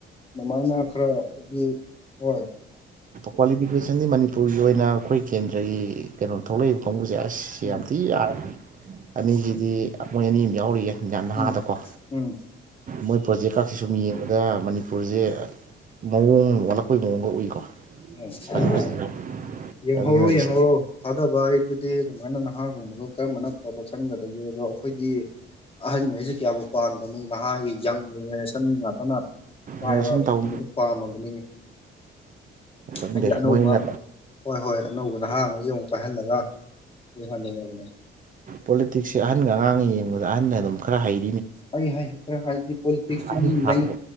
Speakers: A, on the left; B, on the right.
A: ꯑꯗꯨꯃꯥꯏꯅ ꯈꯔꯗꯤ ꯍꯣꯏ
B: ꯀ꯭ꯋꯥꯂꯤꯐꯤꯀꯦꯁꯟꯗꯤ ꯃꯅꯤꯄꯨꯔꯒꯤ ꯑꯣꯏꯅ ꯑꯩꯈꯣꯏ ꯀꯦꯟꯗ꯭ꯔꯒꯤ ꯀꯩꯅꯣ ꯊꯣꯛꯂꯛꯏꯕ ꯀꯥꯡꯕꯨꯁꯦ ꯑꯁ
A: ꯎꯝ
B: ꯌꯥꯝ ꯊꯤ ꯌꯥ ꯑꯅꯤꯁꯤꯗꯤ ꯃꯣꯏ ꯑꯅꯤ ꯑꯃ ꯌꯥꯎꯔꯤꯌꯦꯦ ꯌꯥꯝ ꯅꯍꯥꯗꯀꯣ
A: ꯎꯝ ꯎꯝ
B: ꯃꯣꯏ ꯄ꯭ꯔꯣꯖꯦꯛ ꯀꯛꯁꯤ ꯁꯨꯝ ꯌꯦꯡꯉ ꯑꯗ ꯃꯅꯤꯄꯨꯔꯁꯦ ꯃꯑꯣꯡ ꯑꯃ ꯑꯣꯂꯛꯄꯩ ꯃꯑꯣꯡꯒ ꯎꯏꯀꯣ
A: <unintelligible>
B: ꯐꯗꯤ ꯐꯖꯩ
A: ꯌꯦꯡꯍꯧꯔꯣ
B: ꯑꯗꯨꯅꯕꯨ
A: ꯌꯦꯡꯍꯧꯔꯣ ꯊꯥꯗꯕ ꯑꯩꯕꯨꯗꯤ ꯑꯗꯨꯃꯥꯏꯅ ꯅꯍꯥꯒꯨꯝꯕꯅꯤ ꯑꯗꯣ ꯀꯔꯝꯕꯅ ꯐꯕ ꯈꯟꯒꯗꯒꯦ ꯑꯗꯣ ꯑꯩꯈꯣꯏꯗꯤ ꯑꯍꯟꯉꯩꯁꯤ ꯀꯌꯥꯕꯨ ꯄꯥꯝꯗꯝꯅꯤ ꯅꯍꯥꯒꯤ ꯌꯪ ꯖꯦꯅꯦꯔꯦꯁꯟ ꯉꯥꯛꯇꯅ ꯄꯥꯢꯕ
B: ꯖꯦꯅꯦꯔꯦꯁꯟ
A: ꯑꯗꯨꯝ
B: ꯇꯧ
A: ꯄꯥꯝꯃꯕꯅꯤꯅꯦ
B: ꯈꯪꯗꯦ
A: ꯍꯥꯏꯗꯤ ꯑꯅꯧꯕ
B: ꯃꯣꯏꯅ
A: ꯍꯣꯏ ꯍꯣꯏ ꯑꯅꯧꯕ ꯅꯍꯥꯉꯩꯁꯤ ꯑꯃꯨꯛ ꯄꯥꯏꯍꯜꯂꯒ ꯌꯦꯡꯍꯟ ꯅꯤꯡꯕꯅꯦ
B: ꯄꯣꯂꯤꯇꯤꯛꯁꯦ ꯑꯍꯟꯒ ꯑꯉꯥꯡꯒ ꯌꯦꯡꯕꯗ ꯑꯍꯟꯅ ꯑꯗꯨꯝ ꯈꯔ ꯍꯩ
A: ꯑꯩ ꯍꯥꯏ ꯈꯔ ꯍꯥꯏꯔꯗꯤ ꯄꯣꯂꯤꯇꯤꯛꯁꯁꯦ
B: ꯑꯍꯟꯅ
A: ꯃꯤ
B: ꯊꯥꯔꯛꯄ
A: ꯂꯩꯉ